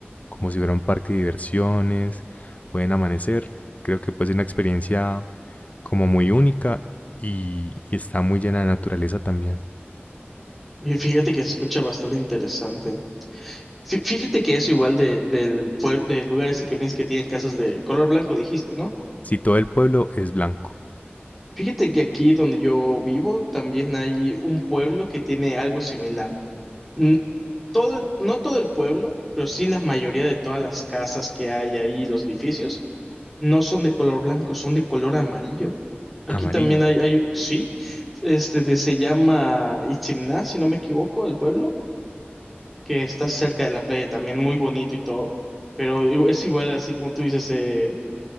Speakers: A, on the left; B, in the centre.
A: como si fuera un parque de diversiones, pueden amanecer. Creo que puede ser una experiencia como muy única y, y está muy llena de naturaleza también.
B: Y fíjate que se escucha bastante interesante. Fí- Fíjate que eso igual de, del, pue- del lugar ese que me dices que tienen casas de color blanco, dijiste, ¿no?
A: Si todo el pueblo es blanco,
B: Fíjate que aquí donde yo vivo también hay un pueblo que tiene algo similar. N- Todo el- no todo el pueblo, pero sí la mayoría de todas las casas que hay ahí, los edificios No son de color blanco, son de color amarillo. Aquí
A: amarillo.
B: también hay, hay sí, este de- se llama Itzimná, si no me equivoco, el pueblo, que está cerca de la playa también, muy bonito y todo. Pero i- es igual, así como tú dices, eh,